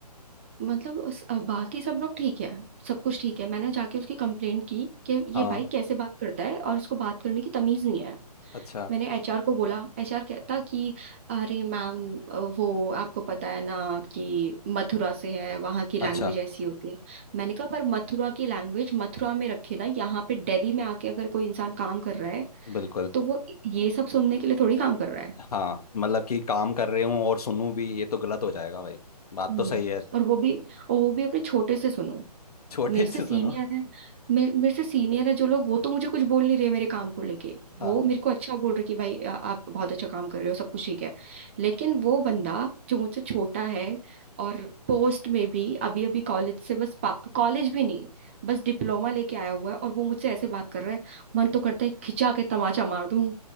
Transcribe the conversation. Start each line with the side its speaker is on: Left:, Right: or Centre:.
Right: मतलब उस, अ, बाकी सब लोग ठीक है सब कुछ ठीक है मैंने जाके उसकी कंप्लेंट की कि
Left: हाँ
Right: ये भाई कैसे बात करता है और इसको बात करने की तमीज नहीं है
Left: अच्छा
Right: मैंने एचआर को बोला एचआर कहता कि अरे मैम अ, वो आपको पता है ना कि मथुरा से है वहाँ की लैंग्वेज
Left: अच्छा
Right: ऐसी होती है मैंने कहा पर मथुरा की लैंग्वेज मथुरा में रखे ना यहाँ पे दिल्ली में आके अगर कोई इंसान काम कर रहा है
Left: बिल्कुल
Right: तो वो ये सब सुनने के लिए थोड़ी काम कर रहा है
Left: हाँ मतलब कि काम कर रहे हूँ और सुनूं भी ये तो गलत हो जाएगा भाई बात
Right: हम्म
Left: तो सही है <laughs>
Right: और वो भी और वो भी अपने छोटे से सुनो
Left: छोटे
Right: मेरे से
Left: से
Right: सीनियर
Left: सुनो
Right: है मेरे मेरे से सीनियर है जो लोग वो तो मुझे कुछ बोल नहीं रहे मेरे काम को लेके वो
Left: हाँ
Right: मेरे को अच्छा बोल रहे कि भाई आ, आप बहुत अच्छा काम कर रहे हो सब कुछ ठीक है लेकिन वो बंदा जो मुझसे छोटा है और पोस्ट में भी अभी अभी कॉलेज से बस कॉलेज भी नहीं बस डिप्लोमा लेके आया हुआ है और वो मुझसे ऐसे बात कर रहा है मन तो करता है खिंचा के तमाचा मार दूं